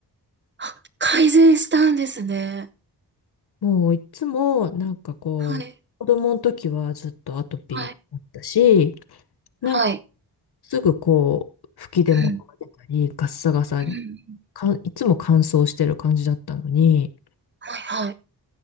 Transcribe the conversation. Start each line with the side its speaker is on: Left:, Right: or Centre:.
Right: あ、改善したんですね。
Left: もういつも、なんかこう、
Right: はい。
Left: 子供の時はずっとアトピーだったし、
Right: はい。
Left: なんか
Right: はい。
Left: すぐこう、吹き出物が出たり、
Right: うん。
Left: ガッサガサに、
Right: うん。
Left: かん、いつも乾燥してる感じだったのに、
Right: はいはい。